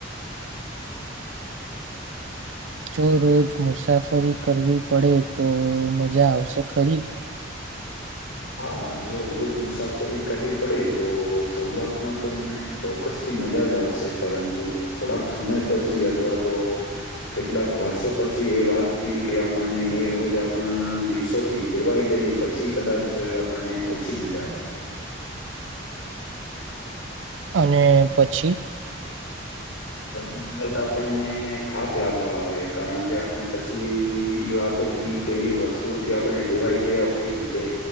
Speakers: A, on the right; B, on the left.
A: જો રોજ મુસાફરી કરવી પડે તો મજા આવશે ખરી?
B: હા જો રોજ મુસાફરી કરવી પડે તો શરૂઆતમાં તો મને ચોક્કસથી મજા જ આવશે પરંતુ થોડાક સમય પછી અથવા તો કેટલાક વર્ષો પછી એ વાત થી કે આપણને એ રોજ આપણના દિવસોથી ટેવાય જઈએ પછી કદાચ આપણને ઓછી મજા આવે.
A: અને પછી
B: પછી કદાચ આપણને થાક લાગવા આવે કારણ કે આપણે પછી એ વાતો થી કે વસ્તુઓથી આપણે ટેવાઈ ગયા હોઈએ કે